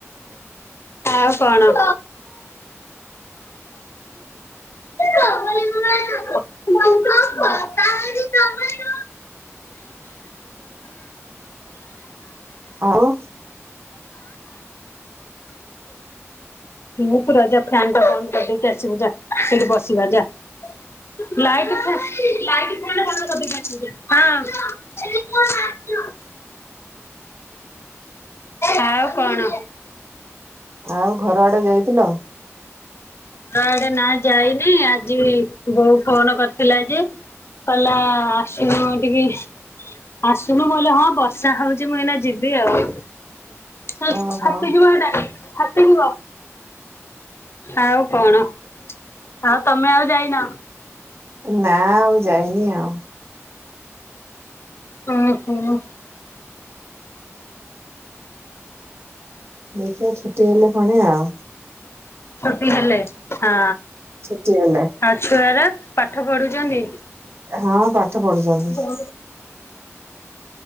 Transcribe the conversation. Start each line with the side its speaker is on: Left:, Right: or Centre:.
Left: ଆଉ କଣ? <unintelligible>
Right: ଆଉ?
Left: ମୁଁ ପୁରା ଜା ଫ୍ୟାନଟା ବନ୍ଦ କରିଦେଇକି ଆସିବୁ ଯା ସେଇଠି ବସିବା ଯା। ଲାଇଟଫା ଲାଇଟ ହଁ। ଚୁ <unintelligible> ଆଉ କଣ?
Right: ଆଉ ଘର ଆଡେ ଯାଇଥିଲ?
Left: ଘରଆଡେ ନାଇଁ ଯାଇନି ଆଜି ବୋଉ ଫୋନ କରିଥିଲା ଯେ କଇଲା ଆସୁନଉ ଟିକେ ଆସୁନୁ ମୁଁ କହିଲି ହଁ ବର୍ଷା ହଉଛି ମୁଁ ଏଇନା ଯିବି ଆଉ। ସେ
Right: ଓହୋ
Left: ଫାଟି ଯିବ ହେଟା ଫାଟି ଯିବ। ଆଉ କଣ ଆଉ ତମେ ଆଉ ଯାଇନ?
Right: ନା ଆଉ ଯାଇନି ଆଉ।
Left: ହୁଁ ହୁଁ।
Right: ଦେଖିବା ଛୁଟି ହେଲେ ଫୁଣି ଆଉ।
Left: ଛୁଟି ହେଲେ ହଁ।
Right: ଛୁଟି ହେଲେ।
Left: ଆଉ ଛୁଆରା ପାଠ ପଢୁଛନ୍ତି?
Right: ହଁ ପାଠ ପଢୁଛନ୍ତି।
Left: ହ